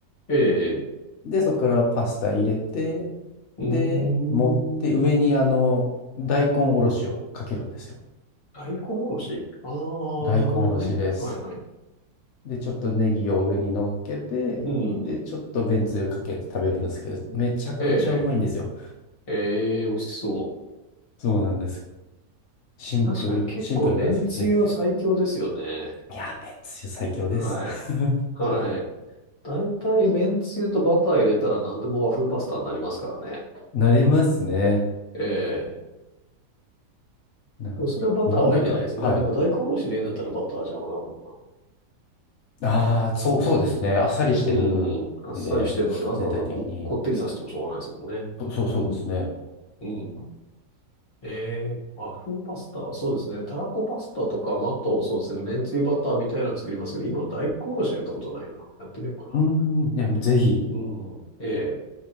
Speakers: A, on the left (about 35°); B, on the left (about 65°).
A: ええ。
B: で、そこからパスタ入れて、
A: うーん。
B: で、持って上にあの、大根おろしをかけるんですよ。
A: 大根おろし。ああ、
B: 大根おろしです。
A: なるほどね。はいはい。
B: で、ちょっとネギを上に乗っけて、
A: うん。
B: で、ちょっとめんつゆかけて食べるんですけど、めちゃくちゃうまいんですよ。
A: ええ、ええ、美味しそう。
B: そうなんです。シンプル、
A: 確かに結構麺つゆは最強ですよね。
B: シンプルなんですけどね。いや、めんつゆ最強です。
A: はい。
B: <laughs>
A: はい。大体麺つゆとバター入れたら何でも和風パスタになりますからね。
B: なりますね。
A: ええ。
B: な、
A: それはバターは入れないですね。
B: 日本、なんか、はい。
A: まあでも大根おろし入れるんだったらバターは邪魔だもんな。
B: ああ、そう、そうですね。あっさりしてるんで、
A: うん。あっさりしてるのにわざわざこ、
B: 全体的に。
A: こってりさせてもしょうがないですもんね。
B: そう、そうそうですね。
A: うん。うん。えー、和風パスタは、そうですね。たらこパスタとか、まあ、あと、そうですね。めんつゆバターみたいなの作りますけど、今の大根おろしはやったことないな。やってみようか
B: うーん、いや、ぜひ。
A: な。うん。ええ